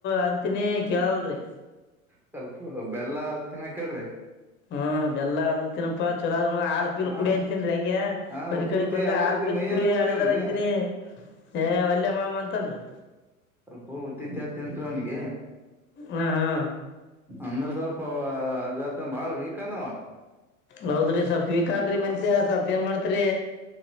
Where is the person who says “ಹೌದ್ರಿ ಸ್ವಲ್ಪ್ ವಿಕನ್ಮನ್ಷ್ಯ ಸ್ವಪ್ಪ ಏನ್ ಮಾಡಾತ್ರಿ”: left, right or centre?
Left